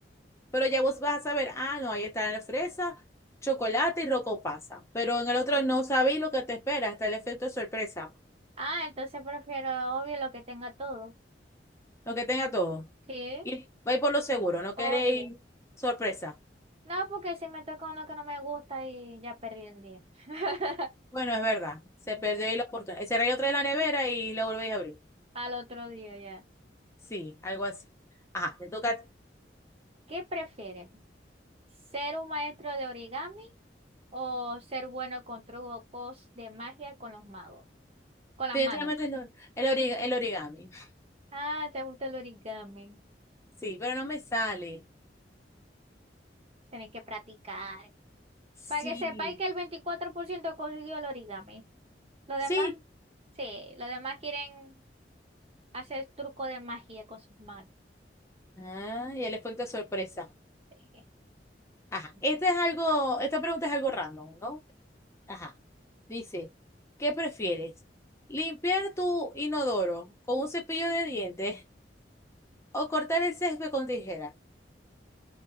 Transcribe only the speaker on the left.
Pero ya vos vas a saber, ah, no, ahí está la fresa, chocolate y rocopasa. Pero en el otro no sabéis lo que te espera, hasta el efecto sorpresa.
Lo que tenga todo.
Y vais por lo seguro, no
queréis sorpresa.
Bueno, es verdad. Se perdió
ahí la oportunidad. Cerré otra de la nevera y la volvéis a abrir.
Sí, algo así. Ajá, te toca.
Te
toca el, or- el origa- el origami.
Sí, pero no me sale.
Sí,
sí.
Ah, y el efecto sorpresa.
Ajá, este
es algo, esta pregunta es algo random, ¿no? Ajá. Dice, ¿qué prefieres? ¿Limpiar tu inodoro con un cepillo de dientes o cortar el césped con tijera?